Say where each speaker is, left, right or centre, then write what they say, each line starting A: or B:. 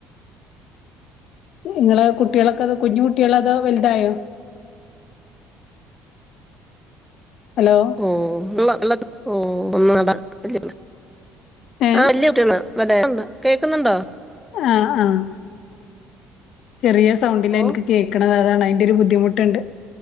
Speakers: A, on the left; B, in the centre.
A: ഇങ്ങള കുട്ടീളൊക്ക കുഞ്ഞു കുട്ടീള, അതോ വല്തായോ ഹലോ
B: ഓഹ് ഇള്ള ഇള്ള ഓഹ്. ഒന്ന് നട ഇല്ല്യ ഇബളെ
A: ഏഹ്
B: ആഹ് വല്യ കുട്ടീളാ മറ്റെ കേക്ക്ന്നുണ്ടോ
A: ആഹ് ആഹ് ചെറിയ സൗണ്ടിൽ
B: ഓ
A: എനിക്ക് കേൾക്കണത്. അതാണ്, അതിന്റെ ഒരു ബുദ്ധിമുട്ടുണ്ട്